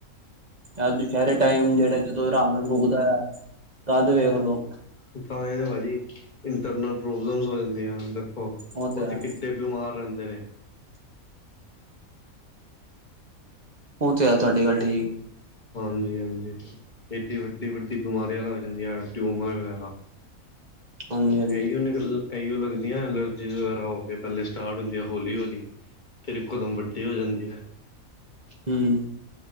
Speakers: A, on the right; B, on the left.
A: ਇਹ ਦੁਸਹਿਰੇ ਟਾਈਮ
B: ਬਿਲਕੁਲ
A: ਜਿਹੜਾ ਜਦੋਂ ਰਾਵਣ ਫੂਕਦਾ ਆ ਤਦ ਵੇਖ ਲੋ।
B: ਇਹ ਤਾਂ ਇਹ ਪਾਜੀ ਇੰਟਰਨਲ ਪ੍ਰੋਬਲਮਸ ਹੋ ਜਾਂਦੀ ਆ ਦੇਖੋ
A: ਉਹ ਤੇ
B: ਉੱਥੇ
A: ਹੈ
B: ਕਿੱਡੇ। ਬਿਮਾਰ ਰੇਂਦੇ ਨੇ।
A: ਉਹ ਤੇ ਹੈ ਤੁਹਾਡੀ ਗੱਲ ਠੀਕ।
B: ਹਾਂਜੀ ਹਾਂਜੀ। ਏਡੀ ਵੱਡੀ ਵੱਡੀ ਬਿਮਾਰੀਆਂ ਲੱਗ ਜਾਂਦੀਆਂ ਹੈ ਟਿਊਮਰ ਵਗੈਰਾ।
A: ਹਾਂਜੀ ਹਾਂਜੀ
B: ਇਹੀਓ ਨਿਕ ਇਹੀਓ ਲੱਗਦੀਆਂ ਐਲਰਜੀ ਵਗੈਰਾ ਹੋ ਕੇ ਪਹਿਲੇ ਸਟਾਰਟ ਹੁੰਦੀਆਂ ਹੌਲੀ ਹੌਲੀ। ਫਿਰ ਇੱਕੋਦਮ ਵੱਡੀ ਹੋ ਜਾਂਦੀ ਏ।
A: ਹੁੰਮ